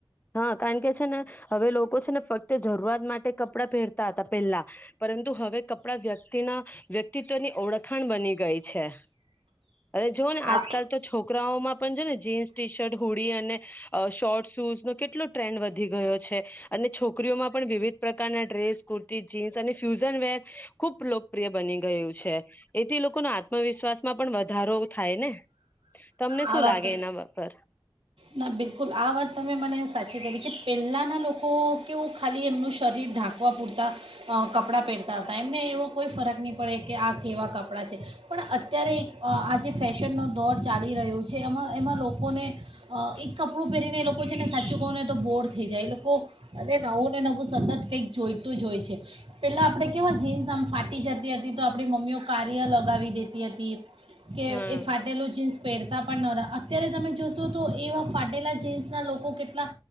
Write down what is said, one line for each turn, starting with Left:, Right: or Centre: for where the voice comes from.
Left: હા કારણ કે છે ને હવે લોકો છે ને ફક તે જરૂરઆત માટે ક પડા પેરતાતા પહેલા. પરંતુ હવે કપડા વ્યક્તિના વ્યક્તિત્વની ઓળખાણ બની ગઈ છે. અરે જુવોઓ ને આજકાલ
Right: આ
Left: તો છોકરાઓમાં પણ જો ને જીન્સ ટી શર્ટ હુડી અને શોર્ટ શૂઝ. કેટલો ટ્રેન્ડ વધી ગયો છે અને છોકરીઓમાં પણ વિવિધ પ્રકારના ડ્રેસ કુર્તી જીન્સ અને ફ્યુઝન વેર ખૂબ લોકપ્રિય બની ગયું છે એથી લોકોનો આત્મવિશ્વાસમાં પણ વધારો થાય ને. તમને
Right: આ
Left: શું
Right: વાત,
Left: લાગે એના પર
Right: ના બિલકુલ આ વાત તમે મને સા છે તરીકે પહેલાંના લોકો કેવું ખાલી એમનું શરીર ઢાંકવા પૂરતાં અ કપડાં પહેરતા હતા. એમને એવો કોઈ ફરક નહીં પડે કે આ કેવા કપડાં છે પણ અત્યારે એક અ આ જે ફેશનનો દોર ચાલી રહ્યો છે. એમાં એમાં લોકોને અ એક કપડું પહેરીને એ લોકો છે ને સાચું કહુંને તો બોર થઈ જાય. એ લોકો અરે નવું ને નવું સતત કંઈક જોઈતું જ હોય છે. પહેલાં આપણે કેવા જીન્સ આમ ફાટી જતી હતી. તો આપણી મમ્મીઓ કારી્ય લગાવી દેતી હતી કે
Left: હા
Right: એ ફાટેલું ચીન્સ પેર તા પણ નતા અત્યારે તમે જોશો તો એવા ફાટેલા જીન્સના લોકો કેટલા